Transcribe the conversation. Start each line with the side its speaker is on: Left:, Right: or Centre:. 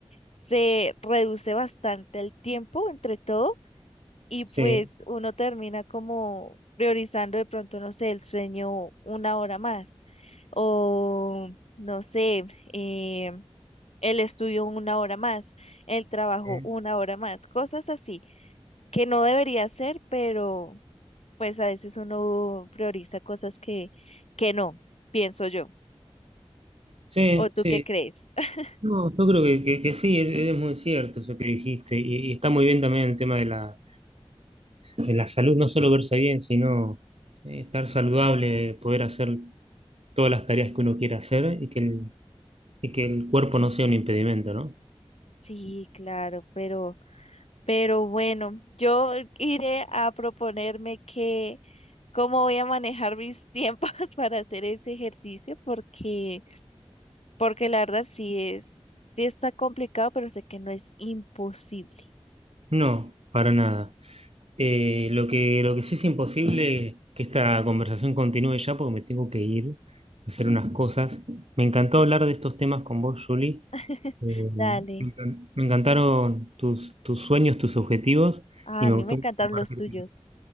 Left: se reduce bastante el tiempo entre todo y
Right: sí,
Left: pues uno termina como priorizando de pronto, no sé, el sueño una hora más o no sé, eh, el estudio una hora más, el trabajo
Right: eh,
Left: una hora más, cosas así que no debería ser, pero pues a veces uno prioriza cosas que, que no, pienso yo.
Right: sí,
Left: ¿O tú
Right: sí.
Left: qué crees? <laughs>
Right: No, yo creo que, que- que sí, es, es muy cierto eso que dijiste. Y, y está muy bien también el tema de la, de la salud, no solo verse bien, sino eh, estar saludable, poder hacer todas las tareas que uno quiera hacer y que el, y que el cuerpo no sea un impedimento, ¿no?
Left: Sí, claro, pero... Pero bueno, yo iré a proponerme que cómo voy a manejar mis tiempos <laughs> para hacer ese ejercicio, porque, porque la verdad sí es, sí está complicado, pero sé que no es imposible.
Right: No, para nada. Eh, lo que, lo que sí es imposible que esta conversación continúe ya porque me tengo que ir a hacer unas cosas. Me encantó hablar de estos temas con vos, Julie.
Left: <laughs>
Right: Eh,
Left: Dale.
Right: me encan- me encantaron tus, tus sueños, tus objetivos
Left: Ah,
Right: y
Left: a
Right: me
Left: mí
Right: gustó
Left: me encantan
Right: compartir.
Left: los tuyos.